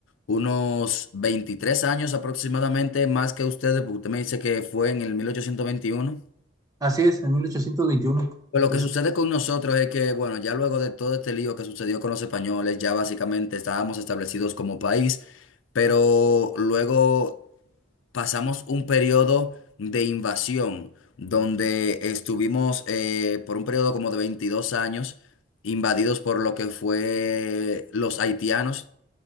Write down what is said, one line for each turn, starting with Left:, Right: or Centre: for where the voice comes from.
Left: unos 23 años aproximadamente más que ustedes, porque usted me dice que fue en el 1821.
Right: Así es, en 1821.
Left: Pero
Right: Es-
Left: lo que sucede con nosotros es que, bueno, ya luego de todo este lío que sucedió con los españoles, ya básicamente estábamos establecidos como país, pero luego pasamos un periodo de invasión donde estuvimos eh, por un periodo como de 22 años invadidos por lo que fue los haitianos